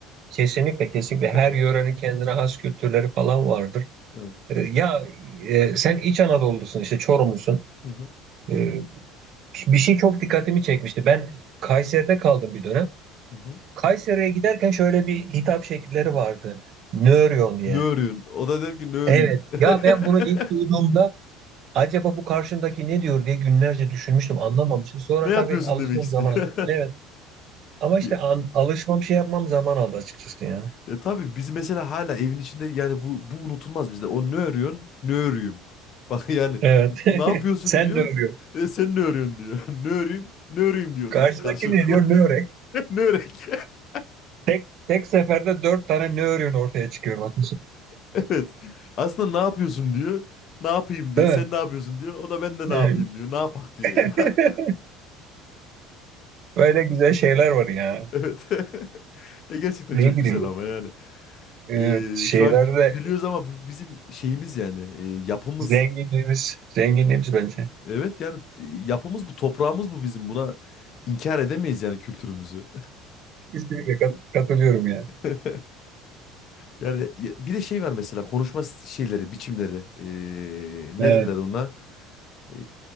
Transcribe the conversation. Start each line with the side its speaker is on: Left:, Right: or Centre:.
Right: Kesinlikle, kesinlikle.
Left: <laughs>
Right: Her yörenin kendine has kültürleri falan vardır.
Left: Evet.
Right: Ee, ya e, sen İç Anadolu'lusun işte Çorumlusun.
Left: Hı hı.
Right: Ee, bir şey çok dikkatimi çekmişti. Ben Kayseri'de kaldım bir dönem.
Left: Hı hı.
Right: Kayseri'ye giderken şöyle bir hitap şekilleri vardı. Nöryon diye.
Left: Ne örüyorsun? O da der ki ne öreyim.
Right: Evet.
Left: <laughs> <laughs>
Right: Ya ben bunu ilk duyduğumda acaba bu karşımdaki ne diyor diye günlerce düşünmüştüm. Anlamamıştım. Sonra
Left: Ne yapıyorsun
Right: tabii alışmam
Left: demek istiyor.
Right: zaman aldı. Evet. Ama işte
Left: <laughs>
Right: an- alışmam şey yapmam zaman aldı açıkçası yani.
Left: Ya tabii biz mesela hala evin içinde yani bu bu unutulmaz bizde. O ne örüyorsun? Ne örüyüm. <laughs> Bak yani
Right: Evet.
Left: "N-
Right: <laughs>
Left: ne yapıyorsun
Right: Sen
Left: diyor.
Right: de öyle.
Left: "E, sen ne örüyorsun diyor. <laughs> Ne öreyim? Ne öreyim diyor
Right: Karşıdaki
Left: da karşılıklı.
Right: ne diyor? Ne örek?
Left: <laughs> Ne örek? <laughs>
Right: Tek tek seferde dört tane ne örüğün ortaya çıkıyor bak
Left: Evet. Aslında ne yapıyorsun diyor. Ne yapayım diyor.
Right: Değil
Left: Sen
Right: mi?
Left: ne yapıyorsun diyor. O da ben de ne
Right: Evet.
Left: yapayım diyor. Ne yapak diyor ya
Right: <laughs>
Left: da.
Right: Böyle güzel şeyler var ya.
Left: <laughs> Evet. <laughs> E, gerçekten
Right: Ne
Left: çok
Right: Evet. bileyim.
Left: güzel ama yani.
Right: Evet,
Left: E,
Right: şeylerde
Left: şu an gü- gülüyoruz ama bu bizim şeyimiz yani. E, yapımız.
Right: zenginliğimiz, zenginliğimiz bence.
Left: Evet yani t- yapımız bu, toprağımız bu bizim. Buna inkar edemeyiz yani kültürümüzü.
Right: Kesinlikle kat- katılıyorum ya.
Left: <laughs> Yani ya- bir de şey var mesela konuşma s- şeyleri, biçimleri. Ee,
Right: Evet.
Left: ne dediler ona? Ee,